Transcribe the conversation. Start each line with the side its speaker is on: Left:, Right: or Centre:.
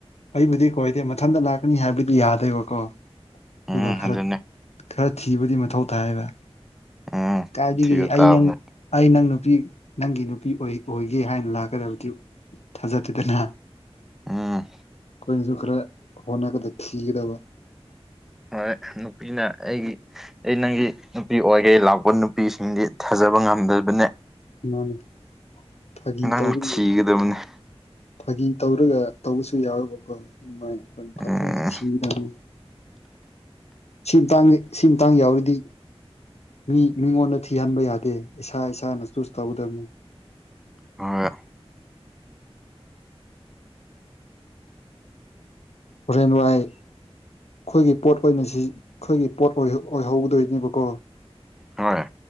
Left: ꯑꯩꯕꯨꯗꯤ ꯀꯣꯏꯗꯦ ꯃꯊꯟꯇ ꯂꯥꯛꯀꯅꯤ ꯍꯥꯏꯕꯗꯤ ꯌꯥꯗꯦꯕꯀꯣ
Centre: ꯎꯝ
Left: ꯑꯗꯨꯒ ꯈꯔ
Centre: ꯑꯗꯨꯗꯟꯅꯦ
Left: ꯈꯔ ꯊꯤꯕꯗꯤ ꯃꯊꯧ ꯇꯥꯏꯕ
Centre: ꯎꯝ
Left: ꯀꯥꯏꯗꯒꯤ
Centre: ꯊꯤꯕ ꯇꯥꯕꯅꯦ
Left: ꯑꯩ ꯅꯪ ꯑꯩ ꯅꯪꯅ ꯅꯨꯄꯤ ꯅꯪꯒꯤ ꯅꯨꯄꯤ ꯑꯣꯏꯒꯦ ꯍꯥꯏꯅ ꯂꯥꯛꯀꯗꯕꯗꯤ ꯊꯥꯖꯗꯦꯗꯅ
Centre: ꯎꯝ
Left: ꯑꯩꯈꯣꯏꯅꯁꯨ ꯈꯔ ꯍꯣꯠꯅꯒꯗ ꯊꯤꯒꯗꯕ
Centre: ꯍꯣꯏ ꯅꯨꯄꯤꯅ ꯑꯩꯒꯤ ꯑꯩ ꯅꯪꯒꯤ ꯅꯨꯄꯤ ꯑꯣꯏꯈꯩ ꯂꯥꯛꯄ ꯅꯨꯄꯤꯁꯤꯡꯗꯤ ꯊꯥꯖꯕ ꯉꯝꯗꯕꯅꯦ
Left: ꯃꯥꯅꯤ ꯐꯥꯒꯤ
Centre: ꯅꯪ
Left: ꯇꯧꯕꯒꯤ
Centre: ꯊꯤꯒꯗ ꯑꯃꯅꯤꯅꯤ
Left: ꯐꯥꯒꯤ ꯇꯧꯔꯒ ꯇꯧꯕꯁꯨ ꯌꯥꯎꯨꯕꯀꯣ ꯑꯗꯨꯃꯥꯏꯅ ꯑꯩꯈꯣꯏꯅ ꯐꯖꯅ
Centre: ꯎꯝ
Left: ꯊꯤꯗꯅ ꯁꯤ ꯃꯇꯥꯡ ꯁꯤ ꯃꯇꯥꯡ ꯌꯥꯎꯔꯤꯗꯤ ꯃꯤ ꯃꯤꯉꯣꯟꯗ ꯊꯤꯍꯟꯕ ꯌꯥꯗꯦ ꯏꯁꯥ ꯏꯁꯥꯅꯁꯨꯨ ꯇꯧꯒꯗꯕꯅꯤ
Centre: ꯑ
Left: ꯍꯔꯦꯟ ꯅꯅꯨꯡꯥꯏ ꯑꯩꯈꯣꯏꯒꯤ ꯄꯣꯠ ꯑꯣꯏꯅ ꯁꯤ ꯑꯩꯈꯣꯏꯒꯤ ꯄꯣꯠ ꯑꯣꯏꯍꯧꯗꯣꯏꯅꯦꯕꯀꯣ
Centre: ꯍꯣꯏ